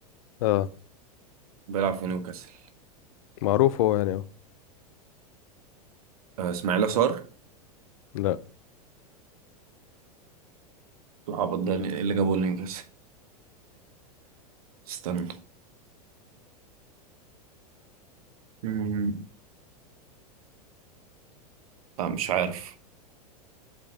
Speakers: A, on the left; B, on the right.
A: اه
B: بيلعب في نيوكاسل
A: معروف هو يعني اهو
B: آه، اسماعيل صار
A: لا
B: العبط ده ايه اللي جابه نيوكاسل استنى مم، لا مش عارف